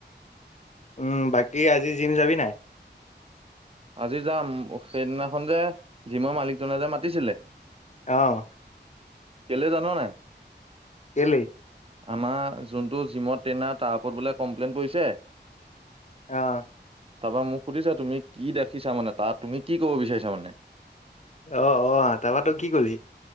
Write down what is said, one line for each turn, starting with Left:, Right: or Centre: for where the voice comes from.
Left: উম বাকী আজি জিম যাবি নাই
Right: আজি যাম সেইদিনাখন যে জিমৰ মালিকজনে যে মাতিছিলে
Left: আহ
Right: কেলে জানো নাই
Left: কেলে
Right: আমাৰ যোনটো জিমত ট্ৰেইনাৰ তাৰ ওপৰত বোলে কমপ্লেইন পৰিছে
Left: আহ
Right: তাৰ পৰা মোক সুধিছা তুমি কি দেখিছা মানে তাৰ তুমি কি কব বিচাৰিছা মানে
Left: অ অ তাৰপৰা তো কি কলি <unintelligible>